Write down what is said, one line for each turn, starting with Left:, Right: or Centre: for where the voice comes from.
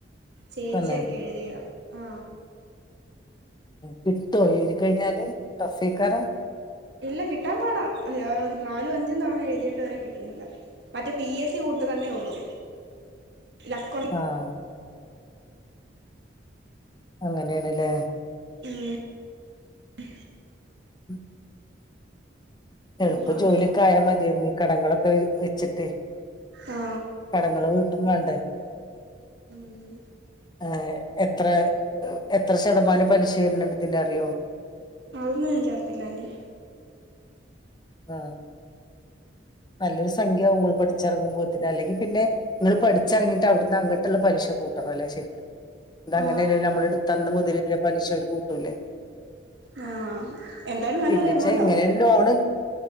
Right: ചേച്ചിക്കെ
Left: തന്നെ
Right: എഴുതിയതാ ആ
Left: കിട്ടോ എഴു തി കഴിഞ്ഞാല് ടഫ്ഫെ ക്കാരം
Right: ഇല്ല കിട്ടാൻ പാടാ ആ നാലും അഞ്ചും തവണ എഴുതീ ട്ട് വരെ കിട്ടുന്നില്ല മറ്റേ പി എസ് സി കു ക്ക തന്നെ ഉള്ളൂ ലക്
Left: ആഹ് അങ്ങനെണ് ല്ലേ
Right: ഉമ്
Left: <inaudible> എളുപ്പ
Right: പാടാ
Left: ജോലിക്കെ ആയാ മതി ന്നു ഈ കടങ്ങളൊക്കെ വെച്ചിട്ടേ
Right: ആ
Left: കടങ്ങള് വീട്ടും വാ ണ്ടേ
Right: ഉം.
Left: ആ യ് എത്ര എത്ര ശതമാനം പലിശ വര് ണ്ണ്ട്‌ തിന റിയോ
Right: അതൊന്നും എനിക്കറത്തില്ല ആൻറി
Left: ആ നല്ലൊരു സംഖ്യആവും പഠിച്ചിറങ്ങുമ്പോത്തി ന് അല്ലെങ്കി പിന്നെ നിങ്ങൾ പഠിച്ചിറങ്ങിട്ട് അവിടുന്ന് അങ്‌ ട്ട് ട്ടു ള്ള പലിശ കൂട്ടണം അല്ലേ ശെരിക്ക അത അങ്ങനെല്ല
Right: ആ
Left: ല്ലോ നമ്മൾ എടുത്തന്ന മുതൽ ഉള്ള പലിശ ഓല് കൂട്ടൂല്ലേ
Right: ആ എന്തായാലും നല്ലൊരു
Left: പിന്നച്ചാ
Right: എമൗണ്ട്
Left: ഇങ്ങനെ
Right: ആവും
Left: ഒരു ലോണ്